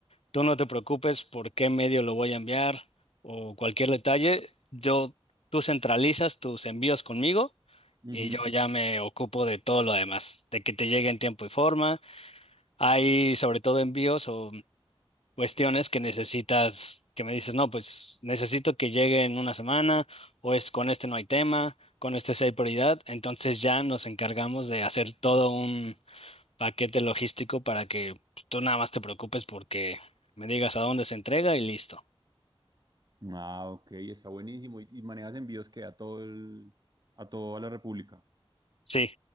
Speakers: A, on the left; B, on the right.
A: Tú no te preocupes por qué medio lo voy a enviar o cualquier detalle. Yo, tú centralizas tus envíos conmigo
B: ujú.
A: y yo ya me ocupo de todo lo demás, de que te llegue en tiempo y forma. Hay sobre todo envíos o cuestiones que necesitas, que me dices, no, pues necesito que llegue en una semana o es con este no hay tema, con este sí hay prioridad. Entonces ya nos encargamos de hacer todo paquete logístico para que pues, tú nada más te preocupes porque me digas a dónde se entrega y listo.
B: Ah, ok, está buenísimo. ¿Y, y manejas envíos que a todo el, a toda la República?
A: Sí,